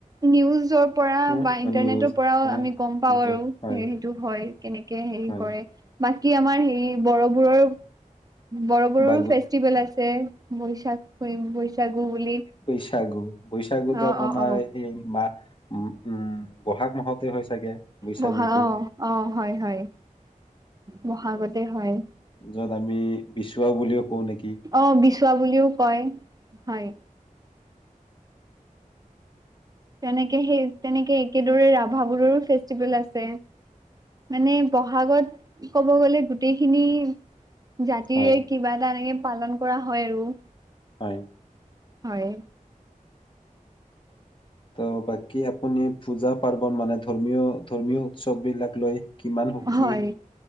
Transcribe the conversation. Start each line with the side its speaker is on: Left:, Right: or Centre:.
Right: নিউজৰ পৰা
Left: আহ,
Right: বা ইন্টাৰনেটৰ
Left: নিউজ
Right: পৰাও
Left: হয়
Right: আমি গম পাও
Left: কিন্তু
Right: আৰু
Left: হয়
Right: সেইটো হয় কেনেকে হেৰি
Left: হয়
Right: কৰে বাকী আমাৰ হেৰি বড়ো বোৰো বড়ো বোৰৰো
Left: বা
Right: ফেষ্টিভেল আছে বৈশা বৈশাগু বুলি
Left: বৈশাগু বৈশাগুতো
Right: অ
Left: আপোনাৰ
Right: অ অ
Left: এই মা উম উম বহাগ মাহতে হয় চাগে বৈশাগুটো
Right: বহা অ', অ' হয় হয়। বহাগতে হয়।
Left: য'ত আমি বিচোৱা বুলিও কওঁ নেকি।
Right: অ বিচৱা বুলিও কয় হয়। তেনেকে সেই তেনেকে একেদৰে ৰাভাবোৰৰো ফেষ্টিভেল আছে। মানে, বহাগত কব গ'লে গোটেইখিনি জাতিৰে
Left: হয়
Right: কিবা এটা এনেকে পালন কৰা হয় আৰু।
Left: হয়।
Right: হয়।
Left: ত' বাকী আপুনি পূজা-পাৰ্বন মানে ধৰ্মীয় ধৰ্মীয় উৎসৱ বিলাক লৈ কিমান সুখী
Right: হয়